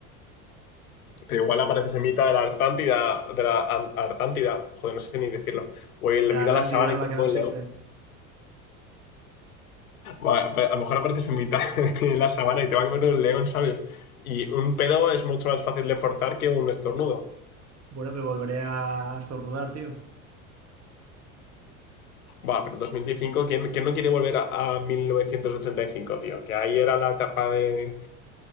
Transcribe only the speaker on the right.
De la
Atlántida,
¿no?
La
que
no
existe.
Bueno, pero volveré a estornudar, tío.